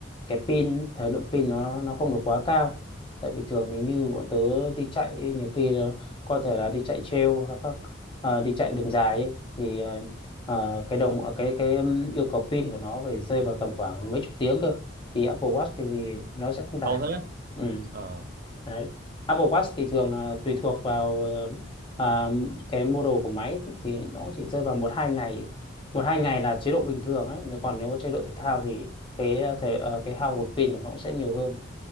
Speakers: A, on the left; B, on the right.
A: cái pin thời lượng pin nó nó không được quá cao tại vì thường thì như bọn tớ đi chạy ấy, nhiều khi ờ, có thể là đi chạy trail hoặc các ờ, đi chạy đường dài ấy, thì ờ, ờ, cái đồng cái cái um, yêu cầu pin của nó phải rơi vào tầm khoảng mấy chục tiếng cơ thì Apple Watch thì, thì nó sẽ không đạt
B: Cầu thế.
A: ừ.
B: Ờ,
A: Đấy. Apple Watch thì thường là tùy thuộc vào ờ, à, cái model của máy thì nó chỉ rơi vào một hai ngày một hai ngày là chế độ bình thường ấy nếu còn nếu chế độ thể thao thì cái thể, ờ, cái hao hụt pin của nó cũng sẽ nhiều hơn